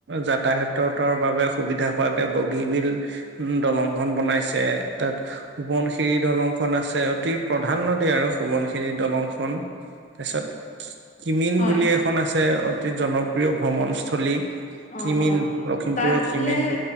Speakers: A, on the right; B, on the left.
A: যাতায়তৰ বাবে সুবিধা হোৱাকে বগী বিল উ দলংখন বনাইছে তাত সোৱনশিৰি দলংখন আছে অতি প্ৰ- ধান নদী আৰু সোবনখিনিৰ দলংখন তাৰছত কিমিন
B: হয়
A: বুলি এখন আছে অতি জনপ্ৰিয় ভ্ৰমণস্থলী কিমিন
B: অ অ
A: লখিমপুৰৰ
B: তাত বোলে
A: কিমিন